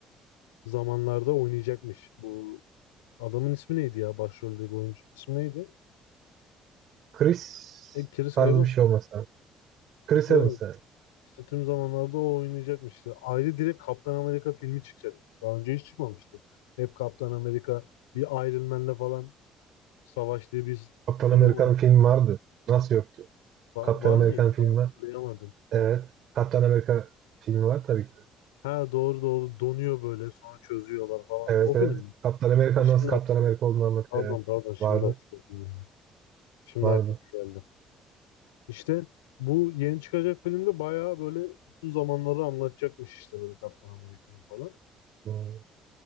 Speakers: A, on the left; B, on the right.
A: zamanlarda oynayacakmış. Bu adamın ismi neydi ya? Başroldeki oyuncunun ismi neydi?
B: Chris
A: E, Chris
B: tarzı
A: Evans.
B: bir şey olmasa. Chris
A: Chris Evans.
B: Evans yani.
A: İşte tüm zamanlarda o oynayacakmış. İşte ayrı direkt Kaptan Amerika filmi çıkacakmış. Daha önce hiç çıkmamıştı. Hep Kaptan Amerika bir Iron Man'le falan savaştığı bir
B: Kaptan
A: film
B: Amerika'nın
A: var.
B: filmi vardı. Nasıl yoktu?
A: Va-
B: Kaptan
A: var
B: Amerika'nın
A: mıydı? Ben
B: filmi var.
A: hatırlayamadım.
B: Evet. Kaptan Amerika filmi var tabii ki.
A: Ha doğru doğru donuyor böyle sonra çözüyorlar falan.
B: Evet
A: O
B: evet.
A: film mi?
B: Kaptan Amerika'nın
A: Ha, Şimdi
B: nasıl Kaptan
A: hatırladım.
B: Amerika olduğunu anlatıyor.
A: Pardon
B: evet.
A: pardon şimdi
B: Vardı.
A: hatırladım ya. Şimdi
B: Vardı.
A: aklıma geldi. İşte bu yeni çıkacak filmde bayağı böyle bütün zamanları anlatacakmış işte böyle Kaptan Amerika'nın falan.
B: Hmm.